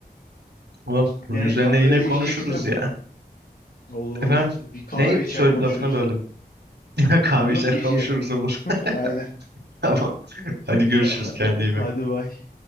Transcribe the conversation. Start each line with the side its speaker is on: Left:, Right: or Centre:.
Right: Ama bunun
Left: Yani
Right: üzerine
Left: kahve
Right: yine
Left: de
Right: konuşuruz
Left: içeceksem
Right: ya.
Left: olur olur.
Right: Efendim
Left: Bir kahve
Right: ne
Left: içer
Right: söyle
Left: konuşuruz.
Right: lafına böldüm. <laughs> Yine kahve
Left: Yok
Right: içer
Left: kişiye.
Right: konuşuruz olur.
Left: <laughs> Aynen.
Right: <laughs> Tamam. Hadi
Left: <laughs>
Right: görüşürüz kendine iyi bak.
Left: Hadi bay.